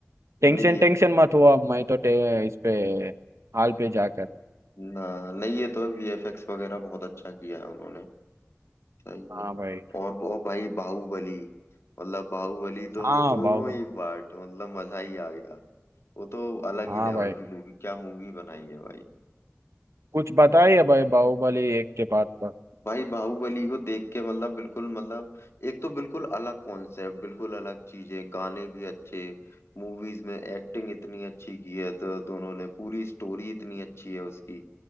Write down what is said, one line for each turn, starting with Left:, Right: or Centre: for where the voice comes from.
Right: टेंशन
Left: नहीं ये
Right: टेंशन मत हुआ मैं तो टे, इस पे हाल पे जाकर
Left: ना नहीं ये तो वीएफएक्स वगैरह बहुत अच्छा किया है उन्होंने सही
Right: हाँ
Left: है
Right: भाई
Left: और वो भाई बाहुबली मतलब बाहुबली तो
Right: हाँ
Left: दोनों
Right: बाहुबली
Left: ही पार्ट मतलब मजा ही आ गया वो तो अलग
Right: हाँ
Left: ही लेवल
Right: भाई
Left: की मूवी क्या मूवी बनाई है भाई
Right: कुछ बताइए भाई बाहुबली एक के पार्ट पर
Left: भाई बाहुबली को देख के मतलब बिल्कुल मतलब एक तो बिल्कुल अलग कॉन्सेप्ट बिल्कुल अलग चीजें गाने भी अच्छे मूवीज में एक्टिंग इतनी अच्छी की है तो दोनों ने पूरी स्टोरी इतनी अच्छी है उसकी